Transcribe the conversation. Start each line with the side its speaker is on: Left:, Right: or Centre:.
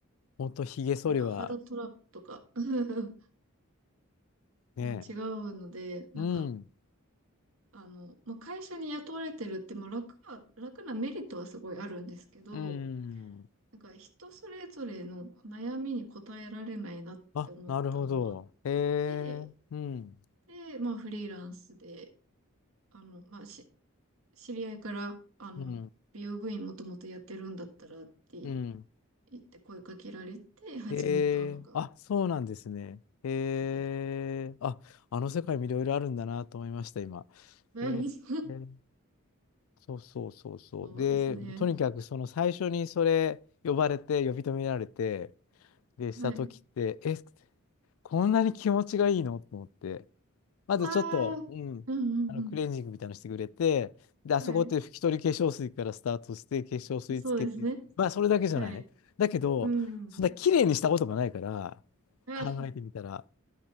Left: ほんと、ひげ剃りは、
Right: なんか肌トラブルとか <laughs>
Left: ね
Right: も違うので、なんか
Left: うん、
Right: あの、まあ、会社に雇われてるって、まあ、楽は、楽なメリットはすごいあるんですけど、
Left: うん。
Right: なんか人それぞれの悩みに応えられないなって思ったのもあっ
Left: あ、なるほど。へえ、
Right: て、
Left: うん、
Right: で、まあ、フリーランスで、あの、まあ、し、知り合いから、あの、
Left: うん、
Right: 美容部員もともとやってるんだったらって
Left: うん。
Right: 言って声かけられて始めたのが
Left: へえ、あ、そうなんですね。へえ、
Right: きっかけで。
Left: あ、あの世界もいろいろあるんだなと思いました、今。
Right: はい
Left: へ
Right: <laughs>
Left: え、そうそうそうそう。
Right: そうですね。
Left: で、とにかく、その最初にそれ呼ばれて、呼び止められて、で、した時って、
Right: はい。
Left: え、こんなに気持ちがいいのと思って。まずちょっと、
Right: うわー。
Left: うん、
Right: うんうん
Left: あのクレンジングみたいなのしてくれて、で、あそこって拭き取り化粧水からスタートして、
Right: うん。はい。
Left: 化粧水つけて、
Right: そうですね。
Left: まあ、それだけじゃない。
Right: はい。
Left: だけど、
Right: うんうん。
Left: そんな綺麗にしたことがないから、
Right: あ、
Left: 考えてみたら、